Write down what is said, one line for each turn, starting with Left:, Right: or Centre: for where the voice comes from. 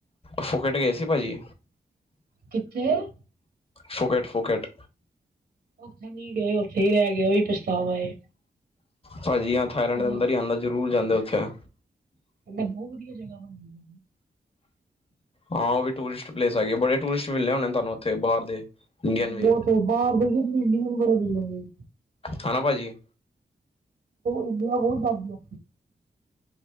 Left: ਫੁਕੇਟ ਗਏ ਸੀ ਭਾਜੀ,
Right: ਕਿੱਥੇ
Left: ਫੁਕੇਟ ਫੁਕੇਟ।
Right: ੳਥੇ ਨੀ ਗਏ ੳਥੇ ਈ ਰੈ ਗਏ, ੳਈ ਪਛਤਾਵਾ ਏ।
Left: ਭਾਜੀ ਅ
Right: ਕਹਿੰਦਾ
Left: ਥਾਏਲੈਂਡ ਦੇ ਅੰਦਰ ਈ ਆਂਦਾ ਜ਼ਰੂਰ ਜਾਂਦੇ ੳਥੇ।
Right: ਬਹੁਤ ਵਧੀਆ ਜਗਾ ਬਨੀ ਏ
Left: ਹਾਂ ੳਹ ਵੀ ਟੂਰਿਸਟ ਪਲੇਸ ਹੈਗੇ। ਬੜੇ ਟੂਰਿਸਟ ਮਿਲੇ ਹੋਨੇ ਤਾਨੂੰ ੳਥੇ, ਬਾਰ ਦੇ। ਇੰਡੀਅਨ ਵੀ
Right: ਬੋਤ ਬਾਹਰ ਦੇ ਵੀ, ਇੰਡੀਆ ਦੇ ਬੜੇ ਮਿਲ ਜਾਨਗੇ।
Left: ਖਾਨਾ ਭਾਜੀ
Right: ਇੰਡੀਆ ਬੋਤ ਜਾਂਦੀ ਆ।